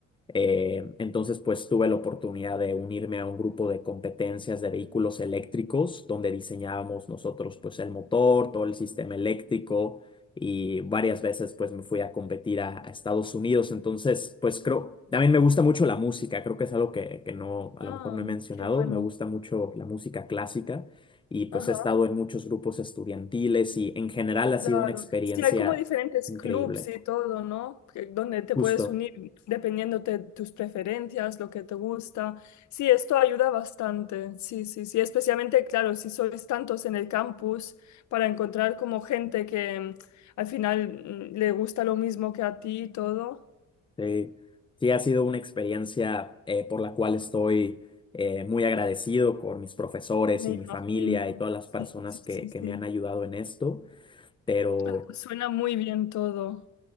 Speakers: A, on the left; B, on the left.
A: Eh, entonces, pues tuve la oportunidad de unirme a un grupo de competencias de vehículos eléctricos, donde diseñábamos nosotros pues el motor, todo el sistema eléctrico y varias veces pues me fui a competir a, a Estados Unidos. Entonces, pues creo, también me gusta mucho la música, creo que es algo que, que no, a
B: Ah,
A: lo mejor no he mencionado,
B: qué bueno.
A: me gusta mucho la música clásica y pues
B: Ajá.
A: he estado en muchos grupos estudiantiles y en general ha
B: Claro,
A: sido una experiencia
B: sí, hay como diferentes
A: increíble.
B: clubs y todo, ¿no? Que- Donde te
A: Justo.
B: puedes unir dependiendo de tus preferencias, lo que te gusta. Sí, esto ayuda bastante, sí, sí, sí, especialmente, claro, si sois tantos en el campus, para encontrar como gente que mm, al final mm, le gusta lo mismo que a ti y todo.
A: Sí, sí, ha sido una experiencia eh, por la cual estoy eh, muy agradecido con mis profesores
B: Me
A: y mi
B: imagino,
A: familia y todas las
B: sí,
A: personas
B: sí,
A: que,
B: sí,
A: que
B: sí.
A: me han ayudado en esto. Pero
B: Ah, Suena muy bien todo.